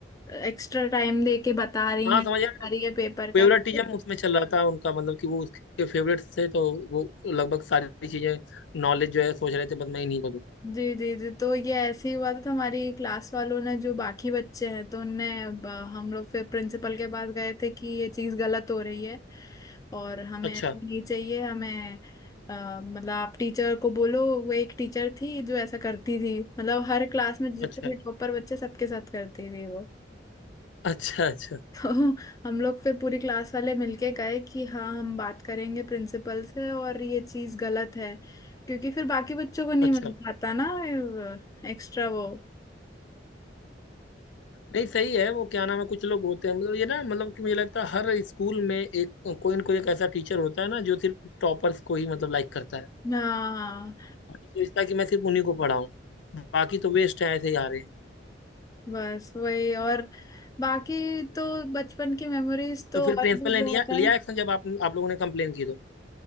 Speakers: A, on the left; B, on the left.
A: एक्स्ट्रा टाइम दे के बता रही
B: हाँ
A: है
B: समझ
A: बता
B: आया
A: रही है पेपर
B: फेवरेटिज्म
A: का तो
B: उसमें चल रहा था उनका मतलब कि वो उसके फेवरेट्स थे तो वो लगभग सारी चीजें नॉलेज जो है सोच रहे थे बस मैं इन्हीं को दूं
A: जी जी जी तो ये ऐसे ही हुआ था तो हमारी क्लास वालों ने जो बाकी बच्चे हैं तो उनने ब- हम लोग फिर प्रिंसिपल के पास गए थे कि ये चीज़ गलत हो रही है और हमें
B: अच्छा
A: ऐसा नहीं चाहिए हमें अ, मतलब आप टीचर को बोलो वो एक टीचर थी जो ऐसा करती थी मतलब हर क्लास में जितने
B: अच्छा
A: भी टॉपर बच्चे सबके साथ करती थी
B: अच्छा अच्छा
A: तो हम लोग फिर पूरी क्लास वाले मिलके गए कि हाँ हम बात करेंगे प्रिंसिपल से और ये चीज गलत है क्योंकि फिर बाकी बच्चों को नहीं
B: अच्छा
A: मिल पाता ना एक्स्ट्रा वो
B: नहीं सही है वो क्या नाम है कुछ लोग होते हैं मतलब ये ना मतलब कि मुझे लगता है हर स्कूल में एक कोई ना कोई एक ऐसा टीचर होता है ना जो सिर्फ टॉपर्स को ही मतलब लाइक करता है
A: हाँ
B: वो सोचता है कि मैं सिर्फ उन्हीं को पढ़ाऊँ बाकी तो वेस्ट है ऐसे ही आ रहे हैं
A: बस वही और बाकी तो बचपन की मेमोरीज तो
B: तो फिर
A: और
B: प्रिंसिपल
A: भी
B: ने
A: बहुत
B: लिया
A: है
B: लिया एक्शन जब आप आप लोगों ने कंप्लेन की तो